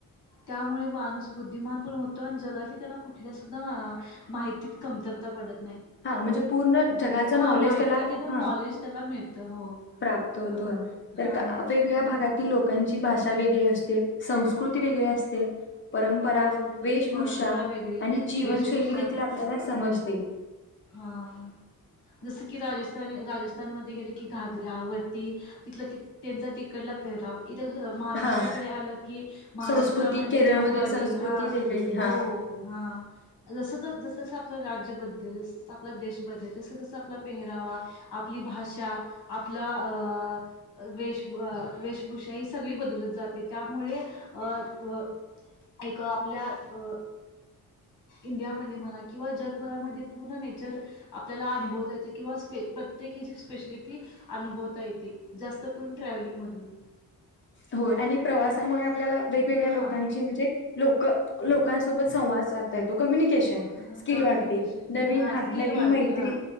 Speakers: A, on the left (about 60°); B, on the left (about 30°).
A: त्यामुळे माणूस बुद्धिमान पूर्ण होतो आणि जगातली त्याला कुठल्याच -- <unintelligible> माहितीत कमतरता पडत --
B: हा म्हणजे पूर्ण जगाच नॉलेज
A: माहिती
B: त्याला ह
A: नॉलेज त्याला मिळतं हो
B: प्राप्त होतो
A: हा
B: तर वेगगळ्या भागातील
A: हा
B: लोकांची भाषा -- षा वेगळी असते. संस्कृती वेगळी असते. परंपरा,
A: हो
B: वेशभूषा
A: परंपरा वेगळी आहे
B: आणि जीवनशैली
A: वेशभूषा
B: देखील आपल्याला समजते.
A: हा जस की राजस्थनी राजस्थानमध्ये गेले की घागरा व -- रति तिथ त्यांचा तिकडला पहराव इत महाराष्ट्राकडे
B: हा
A: आलं की महाराष्ट्रामध्ये
B: संस्कृती केरळमधील
A: नऊवारी.
B: संस्कृती
A: हा
B: वेगळी हा
A: हो हो हा. जसं जसं आपलं राज्यबद्दल आपला देश बदल तस तस आपला पेहरावा आपला भाषा आपला अ वेश वेशभूषा ही सगळी बदलत जाते त्यामुळे अ अ एक आपल्या अ इंडियामध्ये म्हणा किंवा जगभरामध्ये -- पूर्ण नेचर आपल्याला अनुभवता येते किंवा प्रत्येकीची स्पेशलिटी अनुभवता येते जास्त करून ट्रॅव्हलिंग मधून
B: हो आणि प्रवासामुळे आपल्याला वेगवेगळ्या
A: हा
B: लोकांची म्हणजे - लोक लोकांसोबत संवाद साधता येतो. कम्युनिकेशन
A: हा
B: स्किल
A: कम्युनिकेशन
B: वाढते नवीन हा
A: स्किल
B: नवीन
A: वाढते
B: मैत्री
A: हा